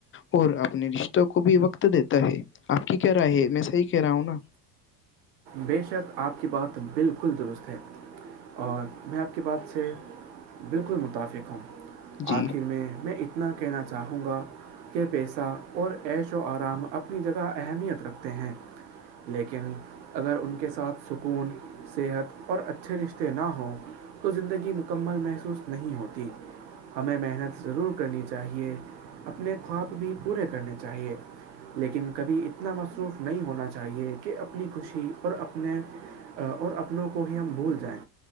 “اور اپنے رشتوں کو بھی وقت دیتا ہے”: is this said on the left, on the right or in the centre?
Left